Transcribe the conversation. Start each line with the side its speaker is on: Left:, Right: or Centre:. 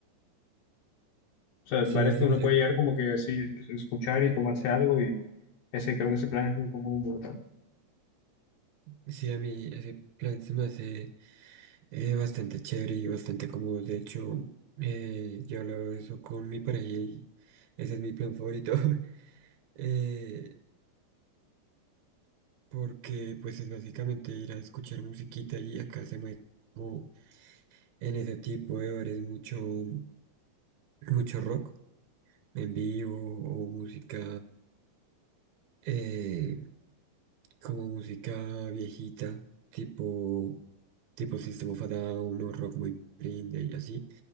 Left: O sea,
Right: Sí,
Left: bares que uno
Right: mira,
Left: puede llegar como que así, escuchar y tomarse algo y ese creo que ese plan es muy común en Bogotá.
Right: sí, a mí ese plan se me hace eh, bastante chévere y bastante cómodo. De hecho, eh, yo hablo de eso con mi pareja y ese es mi plan favorito. <laughs> Eh, porque pues es básicamente ir a escuchar musiquita y acá se mueve como en ese tipo de horas mucho, mucho rock. en vivo o música eh, como música viejita, tipo, tipo System of a Down o rock muy Green y así.